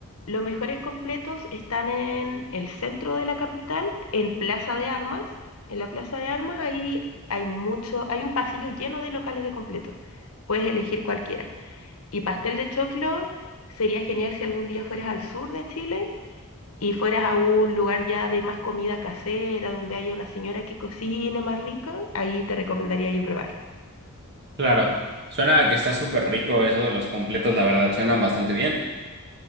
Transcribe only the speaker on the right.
Claro, suena a que está súper rico eso de los completos, la verdad, suenan bastante bien.